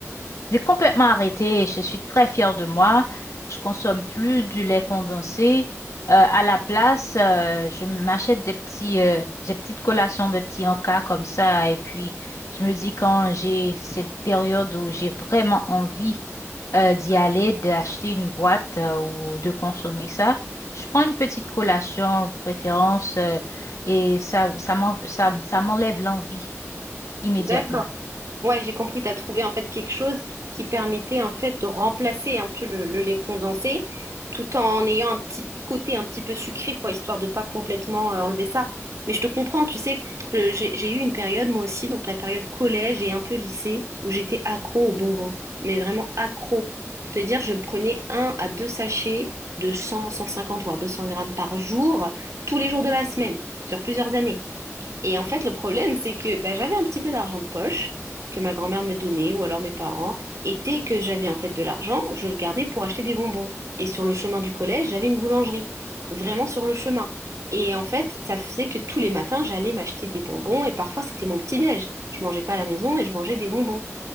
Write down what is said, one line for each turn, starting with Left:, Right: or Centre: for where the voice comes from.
Left: J'ai complètement arrêté. Je suis très fière de moi. Je consomme plus du lait condensé. Euh, à la place, euh, je m'achète des petits, euh, des petites collations, des petits encas comme ça. Et puis, je me dis quand j'ai ces périodes où j'ai vraiment envie, euh, d'y aller, d'acheter une boîte, euh, ou de consommer ça, je prends une petite collation, préférence, euh, et ça, ça m'en- ça- ça m'enlève l'envie immédiatement.
Right: D'accord. Ouais, j'ai compris, tu as trouvé en fait quelque chose qui permettait en fait de remplacer un peu le, le lait condensé tout en ayant un petit côté un petit peu sucré, quoi, histoire de pas complètement euh, enlever ça. Mais je te comprends, tu sais, je- j'ai j'ai eu une période moi aussi, donc la période collège et un peu lycée, où j'étais accro aux bonbons, mais vraiment accro. Pour te dire, je prenais un à deux sachets de 100, 150, voire 200 grammes par jour, tous les jours de la semaine, sur plusieurs années. Et en fait, le problème, c'est que bah, j'avais un petit peu d'argent de poche que ma grand-mère me donnait ou alors mes parents. Et dès que j'avais en fait de l'argent, je le gardais pour acheter des bonbons. Et sur le chemin du collège, j'avais une boulangerie, vraiment sur le chemin. Et en fait, ça faisait que tous les matins, j'allais m'acheter des bonbons et parfois c'était mon petit-déj. Je mangeais pas à la maison et je mangeais des bonbons.